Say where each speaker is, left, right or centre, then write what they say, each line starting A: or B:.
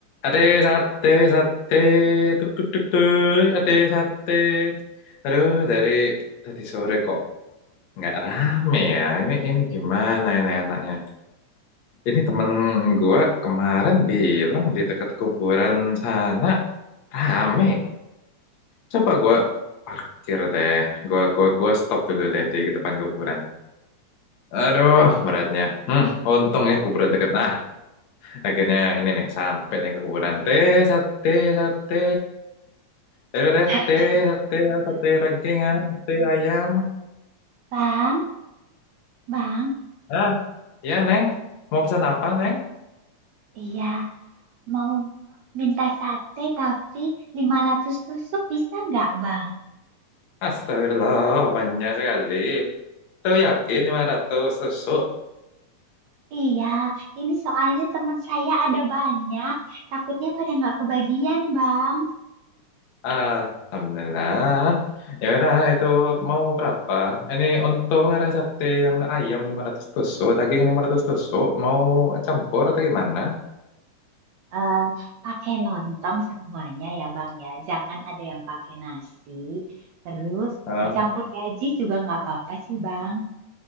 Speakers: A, on the left; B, on the right.
A: Ade sate, sate, tuk tuk tuk tuk, ade sate. Aduh, dari tadi sore kok nggak rame ya. Ini ini gimana ini enaknya? Ini temen gua kemarin bilang di dekat kuburan sana rame. Coba gua parkir deh. Gua gua gua stop dulu deh di depan kuburan. Aduh, beratnya. Hmm, untung ya kuburan deket. Nah, Akhirnya ini nih sampai nih ke kuburan. Teh sate sate. Teh
B: <clears throat>
A: teh sate sate daging ah, sate ayam.
B: Bang, Bang,
A: Ah, ya Neng. Mau pesan apa Neng?
B: iya, mau minta sate tapi 500 tusuk bisa nggak, Bang?
A: Astagfirullah, banyak sekali. Itu yakin 500 susuk.
B: Iya, ini soalnya teman saya ada banyak, takutnya pada nggak kebagian, Bang.
A: Ah, Alhamdulillah. Ya udah, itu mau berapa? Ini untung ada sate yang ayam 500 tusuk, daging 500 tusuk. Mau campur atau gimana?
B: Eh, pakai lontong semuanya ya, Bang ya. Jangan ada yang pakai nasi. Terus
A: Ah.
B: dicampur gaji juga nggak apa-apa sih, Bang.